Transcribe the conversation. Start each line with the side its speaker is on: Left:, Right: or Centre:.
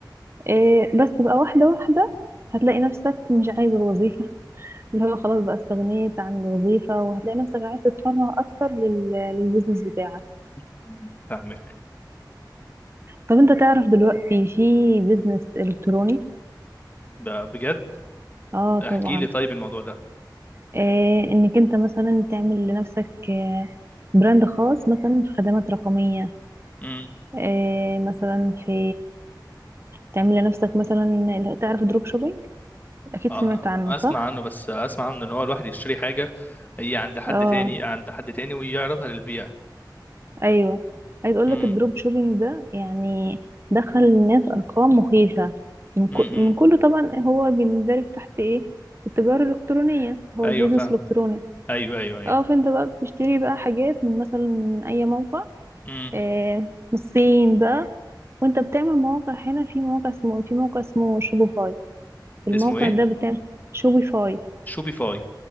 Right: إيه، بس بقى واحدة واحدة هتلاقي نفسك مش عايز الوظيفة <laughs> اللي هو خلاص بقى استغنيت عن الوظيفة وهتلاقي نفسك عايز تتفرغ أكتر لل- للبيزنس بتاعك
Left: مم. فاهمك
Right: طب أنت تعرف دلوقتي في بيزنس إلكتروني؟
Left: ب- بجد
Right: آه طبعا
Left: احكي لي طيب الموضوع ده
Right: إيه إنك أنت مثلا تعمل لنفسك آه، براند خاص مثلا في خدمات رقمية
Left: امم
Right: إيه مثلا في تعمل لنفسك مثلا تعرف دروب شوبينج أكيد
Left: آه،
Right: سمعت عنه صح؟
Left: اسمع عنه بس اسمع عنه ان هو الواحد يشتري حاجه هي عند حد
Right: اه
Left: تاني عند حد تاني ويعرضها للبيع
Right: ايوه عايز اقول
Left: امم
Right: لك الدروب شوبينج ده يعني دخل الناس ارقام مخيفه من, كو
Left: امم
Right: من كله طبعا هو بيندرج تحت ايه التجاره الالكترونيه هو
Left: ايوه
Right: البيزنس
Left: فاهم
Right: الالكتروني
Left: ايوه ايوه ايوه
Right: اه فانت بقى بتشتري بقى حاجات من مثلا من اي موقع
Left: امم
Right: آه من الصين بقى وانت بتعمل مواقع هنا في موقع اسمه في موقع اسمه شوبيفاي الموقع
Left: اسمه ايه
Right: ده بتاع شوبيفاي
Left: شوبيفاي